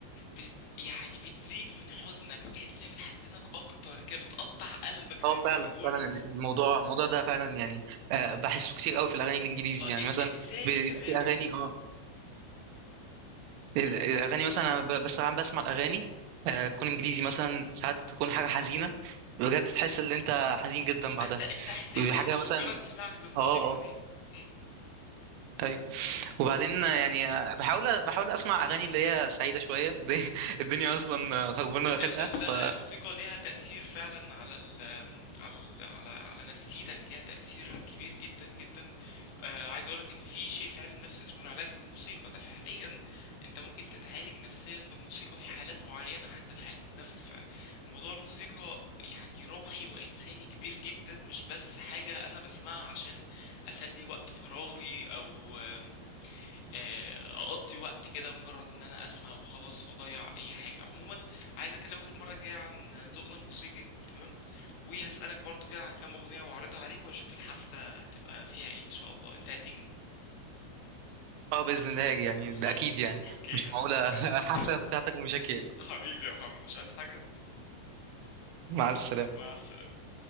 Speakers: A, on the left (about 75°); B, on the right (about 85°).
A: ب... يعني بتزيد من حزنك بتحس إن هي بتحزنك أكتر كده بتقطع قلبك زي
B: اه
A: ما
B: فعلا
A: بيقولوا
B: فعلا الموضوع الموضوع ده فعلا يعني آه، بحسه كتير قوي في الاغاني الانجليزي
A: اه
B: يعني
A: إن...
B: مثلا
A: إنساني
B: بيبقى
A: كمان
B: في اغاني اه
A: قول
B: الاغاني
A: كنت
B: مثلا أنا ب- بس انا بسمع الاغاني آه، تكون انجليزي مثلا ساعات تكون حاجه حزينه بجد تحس ان انت حزين جدا بعدها
A: انت انت حزنت
B: حاجه
A: اصلا بمجرد
B: مثلا
A: سماعك للموسيقى
B: اه اه
A: دي مم.
B: طيب وبعدين يعني آه، بحاول بحاول اسمع اغاني اللي هي سعيده شويه الدنيا <laughs> الدنيا اصلا خربانه خلقه
A: ال ال لا
B: ف
A: لا الموسيقى ليها تأثير فعلا على ال على ال على على نفسيتك ليها تأثير كبير جدا جدا آه عايز اقولك ان في شيء في علم النفس اسمه العلاج بالموسيقى ده فعليا انت ممكن تتعالج نفسيا بالموسيقى في حالات معينة حددها علم النفس فموضوع الموسيقى يعني روحي وإنساني كبير جدا مش بس حاجة أنا بسمعها عشان أسلي وقت فراغي أو آم، آه، اقضي وقت كده مجرد ان انا اسمع وخلاص واضيع اي حاجه عموما عايز اكلمك المره الجايه عن ذوقنا الموسيقي تمام وهسالك برضو كده عن كام اغنيه واعرضها عليك واشوف الحفله هتبقى فيها ايه ان شاء الله انت هتيجي
B: اه باذن الله هاجي يعني
A: خلاص
B: ده اكيد يعني
A: اوكي
B: مش
A: هستناك
B: معقوله <laughs> حفله بتاعتك ومشاكل يعني.
A: حبيبي يا محمد مش عايز حاجه
B: مع الف سلامه
A: مع السلامه